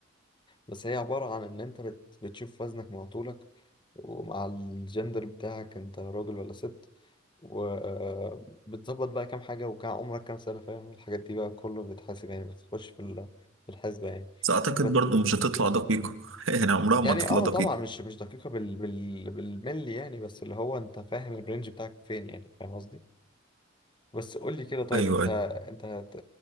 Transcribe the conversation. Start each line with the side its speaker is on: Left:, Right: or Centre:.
Left: بس هي عبارة عن إن أنت بت... بتشوف وزنك مع طولك ومع الجندر بتاعك أنت راجل ولا ست وبتظبط بقى كام حاجة وكام عمرك كام سنة فاهم الحاجات دي بقى كله بتحاسب يعني بتخش في ال- في الحسبة يعني
Right: بس أعتقد
Left: بس
Right: برضو مش هتطلع دقيقة <laughs> يعني عمرها ما
Left: يعني
Right: هتطلع
Left: اه
Right: دقيقة
Left: طبعا مش مش دقيقة بال... بال... بالملي يعني بس اللي هو أنت فاهم الرينج بتاعك فين يعني فاهم قصدي بس قول لي كده طيب
Right: أيوه
Left: انت
Right: أيوه
Left: انت هت-